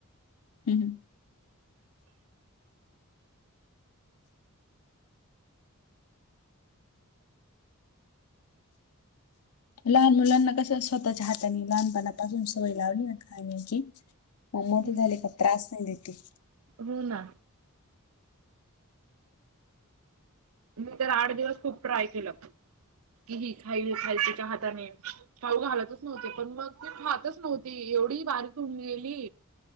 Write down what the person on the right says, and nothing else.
हम्म
हो ना. मी तर आठ दिवस खूप ट्राय केलं की ही खाई खाय तिच्या हाताने खाऊ घालतच नव्हते. पण मग ते खातच नव्हती. एवढी बारीक होऊन गेली.